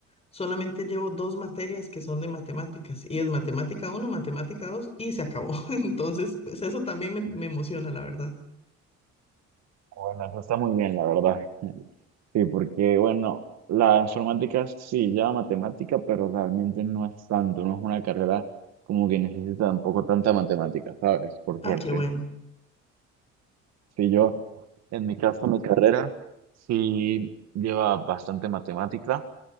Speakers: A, on the left; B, on the right.
A: solamente llevo dos materias que son de matemáticas, y es matemática uno matemática 2 y se acabó. <laughs> Entonces, pues eso también me, me emociona, la verdad.
B: Bueno, eso está muy bien, la verdad. Sí, porque, bueno, la informática sí lleva matemática, pero realmente no es tanto, no es una carrera como que necesita tampoco tanta matemática, ¿sabes? Por
A: Ah,
B: suerte.
A: qué bueno.
B: si yo, en mi caso, mi carrera sí lleva bastante matemática